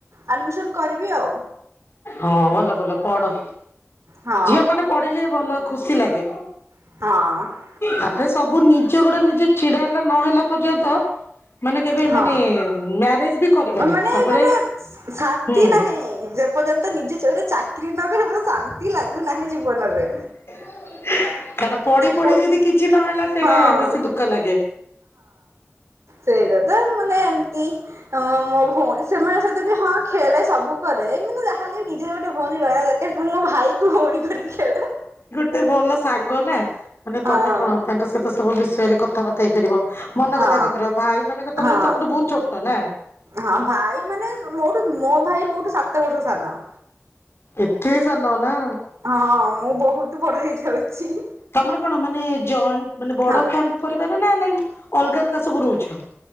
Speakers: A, on the right; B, on the left.
A: ଆଡମିସନ କରିବି ଆଉ
B: ହଁ ଭଲ ଭଲ ପଢ।
A: ହଁ
B: ଝିଅ ମାନେ ପଢିଲେ ଭଲ ଖୁସି ଲାଗେ।
A: ହଁ
B: ତାପରେ ସବୁ ନିଜେ ଗୋଡେ ନିଜେ ଛିଡା ହେଲା ନ ହେଲା ପର୍ଯ୍ୟନ୍ତ ମାନେ କେବେ
A: ହଁ
B: ମାନେ ମ୍ୟାରେଜ ବି କରିବାନି
A: ମାନେ
B: ସବୁବେଳେ
A: ଗୋଟେ ଶାନ୍ତି
B: ହୁଁ
A: ନାହିଁ ଯେ ଯେ ପର୍ଯ୍ୟନ୍ତ ନିଜେ ଯୋଉଠି ଚାକିରି ନ କରିବୁ ଶାନ୍ତି ଲାଗୁନାହିଁ ଜୀବନରେ।
B: <inaudible> କାରଣ ପଢି ପଢି
A: ପଇସା
B: ଯଦି କିଛି ନହେଲା ସେଇଟା
A: ହଁ
B: ବେଶୀ ଦୁଃଖ ଲାଗେ।
A: ସେଇଗଥା ମାନେ କି ତମ ମୋ ଭଉଣୀ ସେମାନେ ସହିତ ବି ହଁ ଖେଳେ ସବୁ କରେ କିନ୍ତୁ ଯା ହାଲି ନିଜର ଗୋଟେ ଭୋଉଣୀ ରହିବା ଦରକାର ମୁଁ ମୋ ଭାଇକୁ ଭଉଣୀ କରି ଖେଳେ।
B: ଟେ ଭଲ ସାଙ୍ଗ ନା ମାନେ
A: ହଁ
B: ତମେ କଣ ତାଙ୍କ ସହିତ ସବୁ ବିଷୟରେ କଥାବାର୍ତା ହେଇ ପାରିବ। ହେ ମନ
A: ହଁ
B: କଥା କହିପାରିବ ଭାଇ ମାନେ ତା
A: ହଁ
B: ପରେ ତମଠୁ ବୋହୁତ ଛୋଟ ନା?
A: ହଁ ଭାଇ ମାନେ ମୋଠୁ ମୋ ଭାଇ ମୋଠୁ ସାତ ବର୍ଷ ସାନ।
B: ଏତେ ସାନ ନା?
A: ହଁ ମୁଁ ବହୁତ ବଡ ହେଇ ଯାଉଛି।
B: ତମର କଣ ମାନେ ଜଏଣ୍ଟ ମାନେ ବଡ
A: ହଁ
B: ଫ ପରିବାର ନା ନାଇଁ ଅଲଗା ଅଲଗା ସବୁ ରହୁଛ।